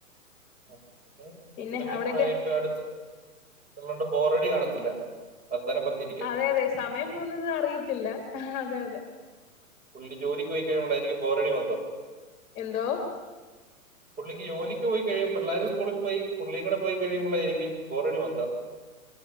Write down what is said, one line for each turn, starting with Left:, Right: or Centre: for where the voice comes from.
Right: ആഹ് ഉം
Left: പിന്നെ
Right: ഹസ്ബൻ്റ്
Left: അവിടൊക്കെ
Right: പോയ ഇപ്പൊ ഈ അടുത്ത് വല്ലാണ്ട് ബോറടി കാണത്തില്ല. വർത്താനം പറഞ്ഞിരിക്കാലോ
Left: അതെ അതെ സമയം പോവുന്നത് അറിയത്തില്ല. അതെ അതെ
Right: പുള്ളി ജോലിക്ക് പോയി കഴിയുമ്പോളായിരിക്കും ബോറടി മൊത്തം.
Left: എന്തോ?
Right: പുള്ളിക്ക് ജോലിക്ക് പോയി കഴിയും പിള്ളേര് സ്കൂളിൽ പോയി പുള്ളിയും കൂടെ പോയി കഴിയുമ്പോളായിരിക്കും ബോറടി മൊത്തം.